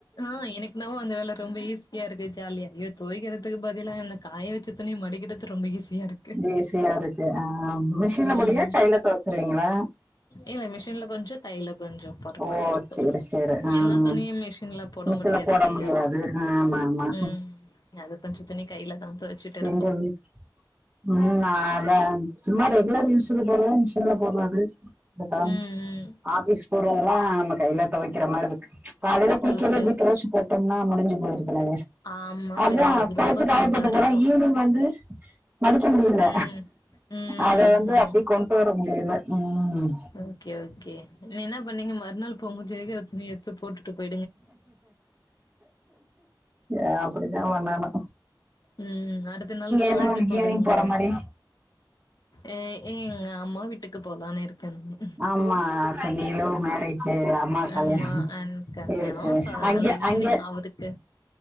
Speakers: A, on the left; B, on the right.
A: ஆ எனக் என்னவோ அந்த வேல ரொம்ப ஈஸ் சியா இருக்கு ஜாலியா இத தொவக்கிறதுக்கு பதிலா என்ன காய வச்சு துணிய மடிக்கிறது ரொம்ப ஈஸியா இருக்
B: ஈஸியா இருக்கு ஆ மிஷின்ல போடியா
A: ம்
B: கையில தொவச்சுருவிங்களா
A: இல்ல மிஷின்ல கொஞ்சோ கையில கொஞ்சோ போடுற
B: ஓ
A: மாரி இருக்கு
B: சரி சரி ஆஹ்
A: எல்லா துணியு மிஷின்ல போட
B: மிஷின்ல
A: முடியாது
B: போட
A: இல்லயா
B: முடியாது ஆமா ஆமா
A: ம் அது கொஞ்சோ துணி கைல தா துவச்சிட்டு இருக்கோ
B: எங்க ம் ம் அதா சும்மா ரெகுலர் யூஸ் போறது மிஷன்ல போட்ரது <unintelligible>
A: ம் ம்
B: ஆபீஸ் போடுறதெல்லா நம்ம கைல தொவைக்கிற மாரி இருக் காலைல குளிக்கையில
A: ஓகே
B: இப்டி தொவச்சு போட்டோம்னா முடிஞ்சு போயிருதுலங்க
A: ஆமா
B: அதா
A: வேல அது
B: துவச்சு
A: ரொம்ப
B: காய
A: சிம்பிளா
B: போட்டு
A: இருக்கு
B: போனா ஈவினிங் வந்து மடிக்க முடியல
A: ம் ம்
B: அத
A: ம்
B: வந்து
A: ம்
B: அப்டி கொண் டு வர முடியல உம்
A: ஓகே ஓகே நீ என்ன பண்ணீங்க மறுநாள் போம்போது இருக்க துணி எடுத்து போட்டுட்டு போய்
B: ஏ அப்படித்தா பண்ணானு
A: ம் அடுத்த நாள் கொயட்டு
B: என்ன
A: போடுங்க
B: ஈவினிங் போற மாதிரி
A: ஏ எங்க அம்மா வீட்டுக்கு போலானு இருக்கேனுங்க
B: ஆமா சொன் நீ லவ் மேரேஜு அம்மா கல்யாண்
A: ஆமா அண் கல்யாணோ
B: சரி ச
A: சோ அதனால
B: அங்க
A: ஈவினிங்
B: அங்க
A: அவருக்கு